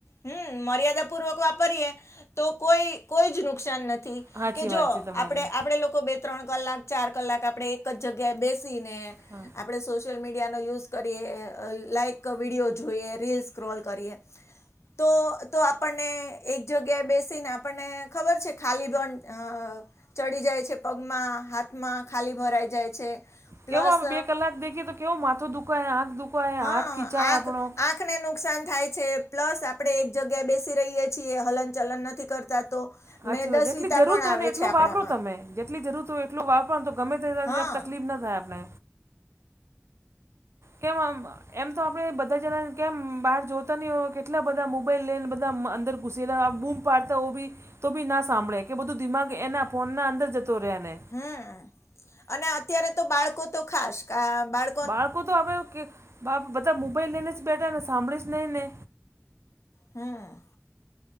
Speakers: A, on the left (about 80°); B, on the right (about 70°).
A: હમ્મ મર્યાદા પૂર્વક વાપરીયએ તો કોઈ કોઈ જ નુકસાન ન થી
B: સાચી
A: કે જો
B: વાત છે તમારી
A: આપડે આપડે લોકો બે ત્રણ કલાક ચાર કલાક આપડે એક જ જગ્યાએ બેસીને
B: હા
A: આપડે સોશિયલ મીડિયાનો યુઝ કરીએ લાઈક ક વિડીયો જોઈએ રીલ સ્ક્રોલ કરીએ તો તો આપણને એક જગ્યાએ બેસીને આપણને ખબર છે ખાલી પણ અહ ચડી જાય છે પગમાં હાથમાં ખાલી ભરાઈ જાય છે. પ્લસ
B: કેવો આમ બે કલાક દેખીએ તો કેવો માથો દુખાય આંખ દુખાય
A: હા
B: હાથ ખીંચાય
A: આંખ
B: આપણો.
A: આંખને નુકસાન થાય છે પ્લસ આપડે એક જગ્યાએ બેસી રહીએ છીએ હલન ચલન નથી કરતા તો
B: હાચી
A: મેદસ્વીતા
B: વાત જેટલી જરૂરત
A: પણ
B: હોય
A: આવે
B: ને એટલું
A: છે આપણામાં
B: વાપરો તમે જેટલી જરૂરત હોય એટલો વાપરનું તો ગમે તે ત્યાં
A: હા
B: તકલીફ ના થાય આપને. કેમ આમ અહ એમ તો આપણેે બધા જણા કેમ બહાર જોતા નહી હોય કેટલા બધા મોબાઈલ લઈ બધા અંદર ઘુસેલા આ બૂમ પાડતા ઓબી તો બી ના સાંભળે કે બઆધું દિમાગ એના ફોન ના અંદર જતો રહે એને.
A: હમ્મ અને અત્યારે તો બાળકો તો ખાસ કા બાળ
B: બાળકો તો હવે કે આ બધા મોબાઈલ લઈને જ બેઠા ને સાંભળી જ નહી ને.
A: હમ્મ.